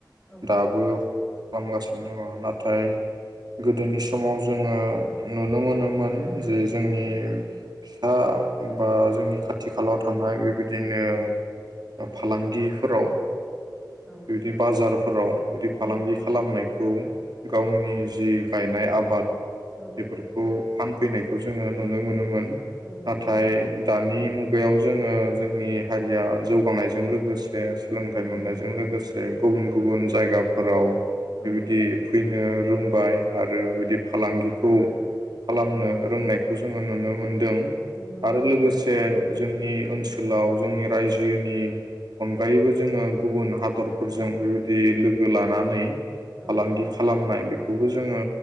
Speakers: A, on the left; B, on the right.
A: औ
B: दाबो। ख्लामगासिनो दंङ नाथाय। गोदोनि समाव जोंङो नुनो मोनोमोन जे
A: उम
B: जोंनि फिसा बा जोंनि खाथि खालाव थानाय बेबायदिनो ओ फालांगिफोराव
A: औ
B: बिदि बाजारफोराव बिदि फालांगि
A: औ
B: खालामनाय। खौ गावनि जि गायनाय आबाद
A: औ
B: बेफोरखौ फानफैनाय जोंङो नुनो मोनोमोन
A: औ नंगौ
B: नाथाय दानि
A: औ
B: मुगायाव जोंङो जोंनि हारिया जौ बानायजों लोगोस ओ सोलोंथाइ
A: औ नंगौ
B: मोननायजों लोगोसे गुबुन
A: औ
B: गुबुन जायगाफोराव
A: औ
B: बेबायदि फै जोंङो रोंबाय आरो बिदि फालांगि खौ खालामनो। फोरोंनायखौ जोंङो नुनो मोन्दों।
A: नंगौ
B: आरो लोगोसे। जोंनि ओनसोलाव जोंनि रायजोनि अनगायैबो जोंङो गुबुन हादरफोरजों
A: औ
B: बे। दि लोगो लानानै
A: औ
B: फालांगि खालामनाय बेखो‌ बेखौ जोंङो।